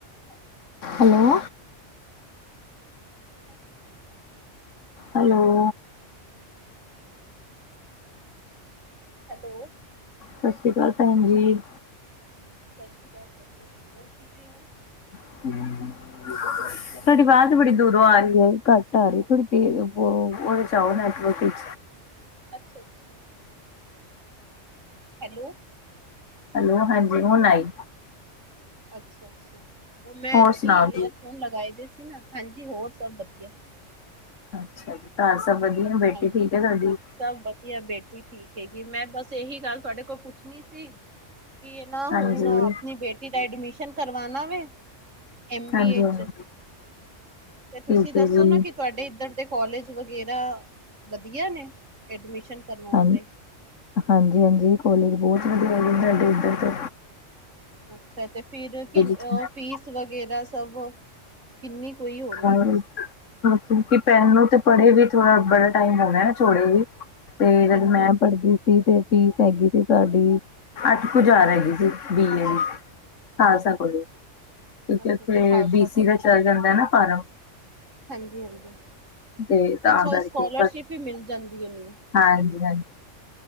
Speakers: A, on the right; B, on the left.
A: Hello ਸਤਿ ਸ਼੍ਰੀ ਅਕਾਲ ਜੀ
B: ਹੈਲੋ।
A: ਸਤਿ ਸ਼੍ਰੀ ਅਕਾਲ ਜੀ।
B: ਹੈਲੋ।
A: ਹੈਲੋ।
B: ਸਤਿ ਸ਼੍ਰੀ ਅਕਾਲ ਭੈਣ ਜੀ।
A: ਸਤਿ ਸ਼੍ਰੀ ਅਕਾਲ। ਸਤਿ ਸ਼੍ਰੀ ਅਕਾਲ। ਹੋਰ ਕਿਵੇਂ ਹੋ?
B: <unintelligible> ਤਾਡੀ ਵਾਜ ਬੜੀ ਦੂਰੋਂ ਆ ਰਹੀ ਏ ਘੱਟ ਆ ਰਹੀ ਥੋੜੀ ਤੇਜ਼ ਓਦੇ ਚ ਆਓ ਨੈਟਵਰਕ ਇਚ।
A: ਅੱਛਾ ਅੱਛਾ। ਹੈਲੋ।
B: ਹੈਲੋ ਹਾਂਜੀ ਹੁਣ ਆਈ।
A: ਅੱਛਾ ਅੱਛਾ। ਓਹ ਮੈਂ
B: ਹੋਰ
A: ਕੀ
B: ਸੁਣਾਓ
A: ਏਅਰਫੋਨ
B: ਜੀ
A: ਲਗਾਏ ਦੇ ਸੀ ਨਾ। ਹਾਂਜੀ ਹੋਰ ਸਭ ਵਧੀਆ।
B: ਅੱਛਾ ਜੀ। ਘਰ ਸਭ ਵਧੀਆ ਬੇਟੀ
A: ਹਾਂਜੀ
B: ਠੀਕ ਐ ਤਾਡੀ?
A: ਸਭ ਵਧੀਆ। ਬੇਟੀ ਠੀਕ ਹੈਗੀ ਮੈਂ ਬਸ ਏਹੀ ਗੱਲ ਤੁਹਾਡੇ ਕੋਲੋਂ ਪੁੱਛਣੀ ਸੀ। ਕੀਏ ਨਾ ਹੁਣ
B: ਹਾਂਜੀ
A: ਅਪਣੀ ਬੇਟੀ ਦਾ ਐਡਮਿਸ਼ਨ ਕਰਵਾਣਾ ਵੇ ਐਮ ਬੀ
B: ਹਾਂਜੀ
A: ਏ
B: ਹਾਂਜੀ
A: ਚ। ਤੇ ਤੁਸੀ
B: ਠੀਕ ਹੈ
A: ਦੱਸੋ
B: ਜੀ
A: ਨਾ ਕਿ ਤੁਹਾਡੇ ਇਧਰ ਦੇ ਕਾੱਲੇਜ ਵਗੈਰਾ ਵਧੀਆ ਨੇ ਐਡਮਿਸ਼ਨ ਕਰਵਾਉਣ
B: ਹਾਂ
A: ਲਈ
B: ਹਾਂਜੀ ਹਾਂਜੀ ਕਾੱਲੇਜ ਬੋਤ ਵਧੀਆ ਹੈਗੇ ਸਾਡੇ ਇਧਰ ਤੇ।
A: ਅੱਛਾ ਤੇ ਫਿਰ ਕਿ
B: <unintelligible>
A: ਫੀਸ ਵਗੈਰਾ ਸਭ ਕਿੰਨੀ ਕੋਈ ਹੋਣੀ
B: ਹਾਂ ਕੀ ਸੁਖੀ ਪੈਨ ਨੁੰ ਤੇ ਪੜੇ ਵੀ ਥੋੜਾ ਬੜਾ ਟਾਇਮ ਹੋਣਾ ਛੋੜੇ ਵੀ। ਤੇ ਜਦ
A: ਹਾਂਜੀ
B: ਮੈਂ ਪੜ੍ਹਦੀ ਤੇ ਫੀਸ ਹੈਗੀ ਸੀ ਤਾਡੀ। ਅੱਠ ਕੁ ਜ਼ਾਰ ਹੈਗੀ ਸੀ ਬੀਏ ਦੀ। ਖਾਲਸਾ
A: ਅੱਛਾ
B: ਕੋਲੇਜ। ਕਿਉਂਕਿ
A: ਅੱਛਾ
B: ਓਥੇ
A: ਅੱਛਾ ਖਾਲਸਾ
B: ਬੀਸੀ
A: ਕੋਲਜ
B: ਦਾ ਚੱਲ ਜਾਂਦਾ ਐ ਨਾ ਫਾਰਮ।
A: ਹਾਂਜੀ ਹਾਂਜੀ।
B: ਤੇ ਤਾਂ
A: ਅੱਛਾ
B: ਕਰਕੇ
A: ਓ ਸਕੋਲਰਸ਼ਿਪ
B: ਬਸ
A: ਵੀ ਮਿਲ ਜਾਂਦੀ ਹੋਣੀ ਏ ਉਂਨੂੰ।
B: ਹਾਂਜੀ ਹਾਂਜੀ।